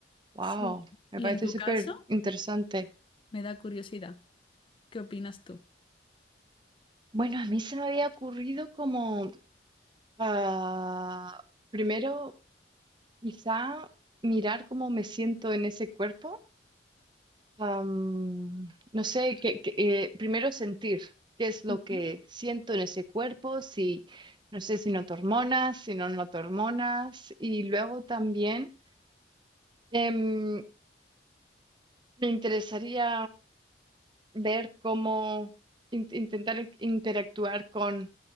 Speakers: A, on the right; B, on the left.
A: Wow,
B: Sí.
A: me
B: ¿Y
A: parece
B: en tu
A: súper
B: caso?
A: interesante.
B: me da curiosidad. ¿Qué opinas tú?
A: Bueno, a mí se me había ocurrido como ah, primero quizá mirar cómo me siento en ese cuerpo. Am, no sé, que, que, eh, primero sentir qué es lo
B: Ujú,
A: que siento en ese cuerpo, si no sé si noto hormonas, si no noto hormonas, y luego también. em, Me interesaría ver cómo in- intentar in- interactuar con